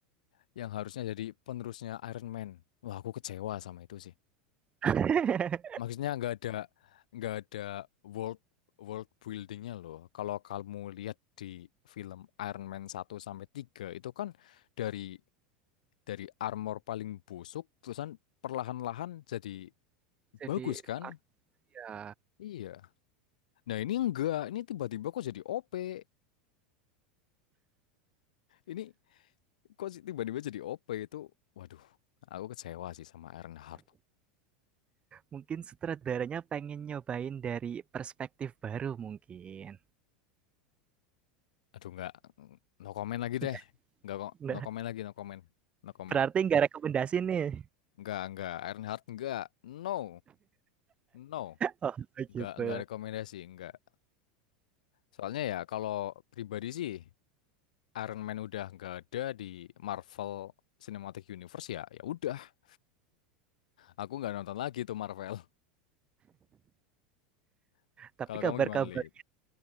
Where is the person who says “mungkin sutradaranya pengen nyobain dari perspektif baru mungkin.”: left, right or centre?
Right